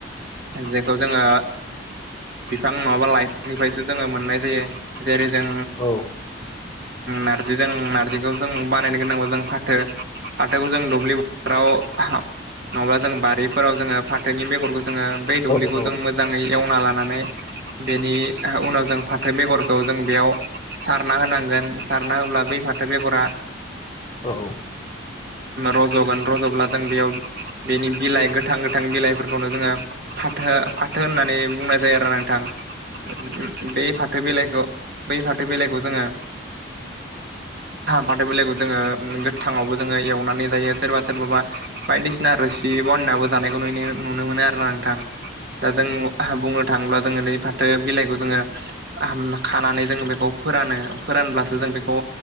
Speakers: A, on the right (about 55°); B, on the left (about 25°).
A: जेखौ जोंङो बिफां नंङाबा लाइफांनिफ्रायसो जोंङो मोननाय जायो। जेरै जों
B: औ
A: नारजि जों नार्जिखौ जों बानायनो गोनांगौ जों फाथो फाथोखौ जों दुब्लि फोथाराव नंङाब्ला जों बारिफोराव जोंङो फाथोनि बेगरखौ ज जोंङो बै दुब्लिखौ
B: औ
A: जों मोजांङै एवना लानानै बेनि उनाव जों फाथो बेगरखौ जों बेयाव सारना होनांगोन सारना होब्ला बै फाथो बेगरा
B: औ
A: रज'गोन रज'ब्लादों बेयाव बेनि बिलाइ गोथ गोथां - गोथां बिलाइफोरखौनो जोंङो फाथो फाथो होननानै बुंनाय जायो आरोना नोंथां बेै फाथो बिलाइखौ बै फाथो बिलाइखौ जोंङो फाथो बिलाइखौ जोंङो गोथाङावबो जोंङो एवनानै जायो सोरबा सोर माबा बायदिसिना रोसि बनायबो जानायखौ नुनो नुनो मोनो आरोना नोंथां दा जों बुंनो थाङोब्ला जोंङो नै फाथो बिलाइखौ जोंङो खानानै जोंङो बेखौ फोरानो फोरानब्लासो जो बेखौ